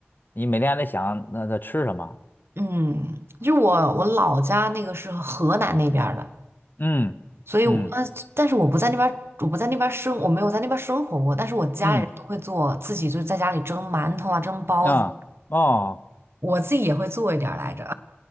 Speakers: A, on the left; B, on the right.
A: 你每天还得想那那吃什么，
B: 嗯，就是我我老家那个是河南那边儿的，
A: 嗯嗯
B: 所以我呃，但是我不在那边儿，我不在那边儿生，我没有在那边儿生活过。但是我家里人都会做，
A: 嗯
B: 自己就是在家里蒸馒头啊，蒸包子，
A: 啊哦
B: 我自己也会做一点儿来着。